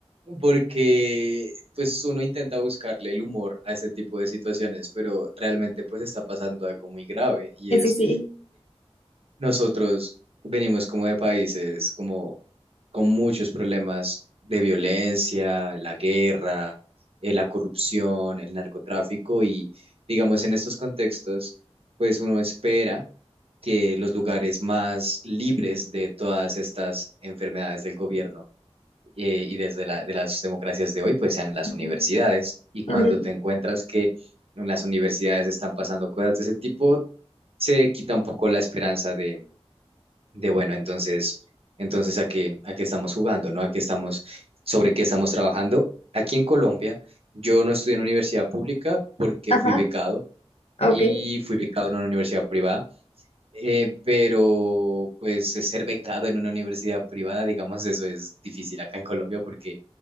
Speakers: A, on the right (about 65°); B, on the left (about 70°).
A: Porque pues uno intenta buscarle el humor a este tipo de situaciones, pero realmente pues está pasando algo muy grave y
B: Eh,
A: es...
B: Sí, sí.
A: nosotros venimos como de países como con muchos problemas de violencia, la guerra, eh, la corrupción, el narcotráfico y digamos en estos contextos, pues uno espera que los lugares más libres de todas estas enfermedades del gobierno eh, y desde la, de las democracias de hoy, pues sean las
B: Ujú.
A: universidades. Y cuando
B: Ujú.
A: te encuentras que en las universidades están pasando cosas de ese tipo, se quita un poco la esperanza de, de bueno, entonces, entonces a qué, a qué estamos jugando, ¿no? A qué estamos, sobre qué estamos trabajando. Aquí en Colombia, yo no estudié en universidad pública porque
B: Ajá,
A: fui becado
B: ok.
A: y fui becado en una universidad privada, eh, pero pues ser becado en una universidad privada, digamos, eso es difícil acá en Colombia porque